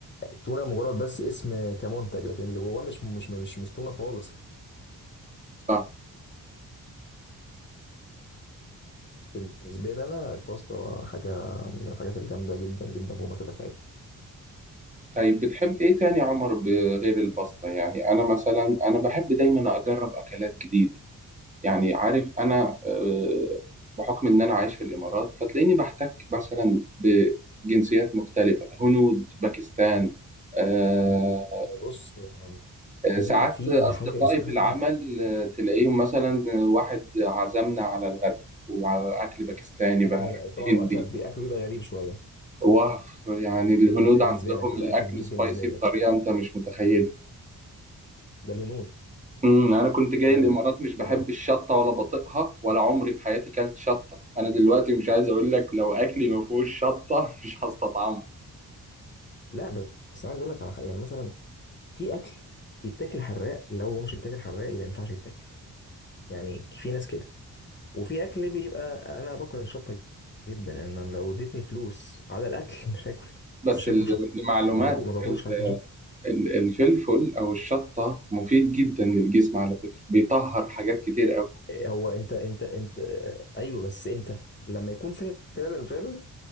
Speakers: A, on the left (about 25°); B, on the right (about 20°).
A: التونه مجرد بس اسم كمنتج لكن اللي جواه مش مش مش مش تونه خالص
B: صح
A: بالنسبة لي أنا الباستا حاجة من الحاجات الجامدة جدا جدا فوق ما تتخيل
B: طيب بتحب ايه تاني يا عمر بغير الباستا يعني انا مثلا انا بحب دايما اجرب اكلات جديدة يعني عارف انا آه، بحكم ان انا عايش في الامارات فتلاقيني بحتك مثلا بجنسيات مختلفه هنود باكستان آه،
A: مم. آه، بص
B: آه،
A: في
B: ساعات
A: في
B: اصدقائي
A: حاجة اسمها
B: في العمل آه، تلاقيهم مثلا واحد عزمنا على الغداء وعلى اكل باكستاني بقى
A: أكل
B: أكل
A: غ- طبعا
B: هندي
A: وأكلك بي- أكله بيبقى غريب شوية
B: واو يعني الهنود
A: جديدة
B: عندهم
A: بالنسبة لك بيبقى
B: الاكل
A: أكل جديد
B: سبايسي
A: بالنسبة
B: بطريقه
A: لك
B: انت مش متخيلها
A: ده الهنود
B: امم انا كنت جاي
A: فعلا
B: الامارات مش بحب
A: طبعا
B: الشطه ولا بطيقها ولا عمري في حياتي كلت شطه انا دلوقتي مش عايز اقول لك لو اكلي ما فيهوش شطه <laughs> مش هستطعمه
A: لا بس أنا عايز أقول لك على حاجة يعني مثلا في أكل يتاكل حراق لو هو مش يتاكل حراق يبقى ما ينفعش يتاكل يعني في ناس كده وفي اكل بيبقى انا باكل الشطه جدا ان انا لو اديتني فلوس على الاكل <laughs> مش هاكل
B: بس
A: مش
B: ال-
A: هاكل شطه
B: لمعلومات
A: ما باكل ما باكلش
B: ال-
A: حاجه اسمها شطه
B: ال- الفلفل او الشطه مفيد جدا للجسم على فكره بيطهر حاجات كتير قوي
A: إيه، هو انت انت انت ايوه بس امتى لما يكون فعلا فعلا فعلا